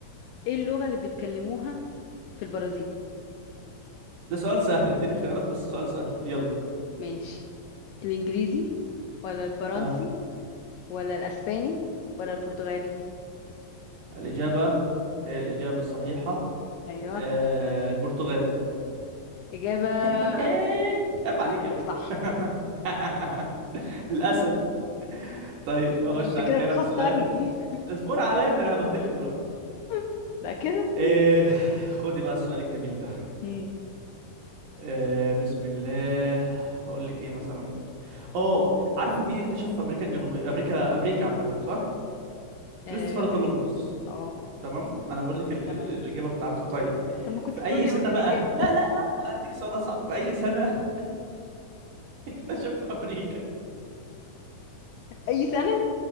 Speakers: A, on the left; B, on the right.
A: ايه اللغة اللي بيتكلموها في البرازيل
B: ده سؤال سهل اديني خيارات بس سؤال سهل يلا
A: ماشي الانجليزي ولا الفرنسي
B: ها
A: ولا الاسباني ولا البرتغالي
B: الإجابة هي الإجابة الصحيحة
A: ايوه
B: آه البرتغالي
A: إجابة
B: <laughs> عيب عليك
A: للأسف
B: يا بنت
A: صح
B: <laughs> للأسف طيب أخش
A: ما أنت
B: عليك
A: كده بتخسرني
B: أنا بسؤال اصبر عليا ده أنا هبهدلك دلوقتي
A: <laughs> بقى كده
B: آه خدي بقى السؤال الجميل ده
A: مم.
B: آه بسم الله أقول لك إيه مثلا أه عارفة مين اكتشف أمريكا الجنوبية أمريكا أمريكا عامة صح؟
A: اه
B: كريستوفر كولومبوس
A: آه،
B: تمام انا بقول لك ال-
A: تمام
B: ال- الاجابه بتاعته طيب
A: طب ما كنت
B: في
A: تقولي
B: اي سنه
A: قولي
B: بقى
A: الإجابة <laughs>
B: لا لا لا انا هديك سؤال اصعب في اي سنه <laughs> اكتشف امريكا
A: أي سنة